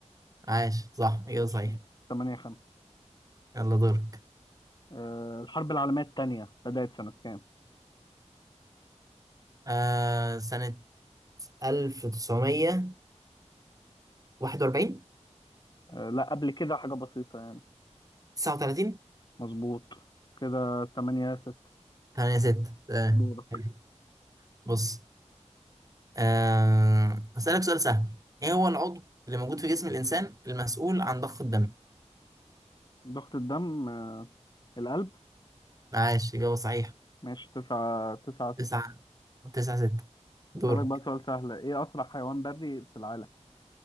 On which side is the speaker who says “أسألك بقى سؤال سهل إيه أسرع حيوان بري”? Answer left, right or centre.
Left